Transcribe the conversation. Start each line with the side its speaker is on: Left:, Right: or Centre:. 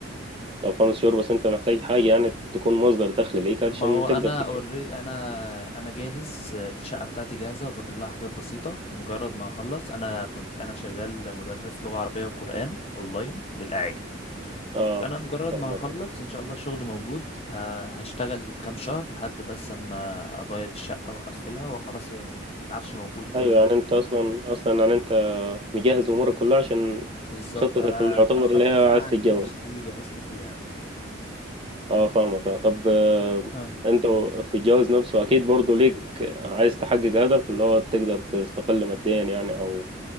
Right: او خمس شهور بس انت محتاج حاجة يعني تكون مصدر دخل ليك علشان
Left: ما هو
Right: تقدر
Left: انا اوري انا انا جاهز الشقه بتاعتي جاهزه وفاضل لها حاجات بسيطه مجرد ما اخلص انا كنت انا شغال مدرس لغه عربيه وقران اونلاين للاعاجم
Right: اه
Left: فانا مجرد
Right: فاهمك
Left: ما هخلص ان شاء الله الشغل موجود ه- هشتغل كام شهر لحد بس اما ابيض الشقه واقفلها وخلاص هي العفش موجود وكل
Right: ايوه
Left: حاجه
Right: يعني
Left: تمام
Right: انت اصلا اصلا يعني انت مجهز امورك كلها عشان
Left: بالظبط
Right: خطتك
Left: انا
Right: اللي يعتبر
Left: اتاخرت
Right: اللي هي
Left: سنه
Right: عايز
Left: على
Right: تتجوز
Left: الجيش دي اللي جهزت فيها
Right: اه فاهمك آه. طب آه،
Left: اه
Right: انت في الجواز نفسه اكيد برضو ليك عايز تحقق هدف اللي هو تقدر تستقل ماديا يعني او